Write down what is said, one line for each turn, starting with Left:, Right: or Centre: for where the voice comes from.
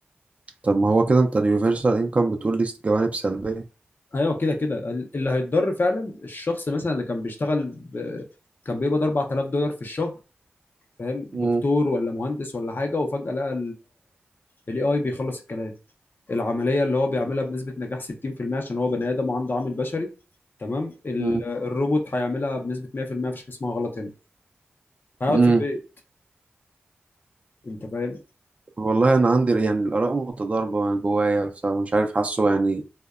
Right: طب ما هو كده انت اليونيفرسال انكم بتقول لي جوانب سلبية
Left: ايوه كده كده ال- اللي هيتضر فعلا الشخص مثلا اللي كان بيشتغل ب... كان بيقبض 4000 دولار في الشهر فاهم دكتور
Right: مم.
Left: ولا مهندس ولا حاجه وفجاه لقى الاي اي بيخلص الكلام العمليه اللي هو بيعملها بنسبه نجاح 60% عشان هو بني ادم وعنده عامل بشري تمام ال-
Right: مم.
Left: الروبوت هيعملها بنسبه 100% مفيش حاجه اسمها غلط هنا هيقعد
Right: مم.
Left: في البيت انت فاهم
Right: والله انا عندي يعني الاراء متضاربه يعني جوايا بصراحه مش عارف حاسه يعني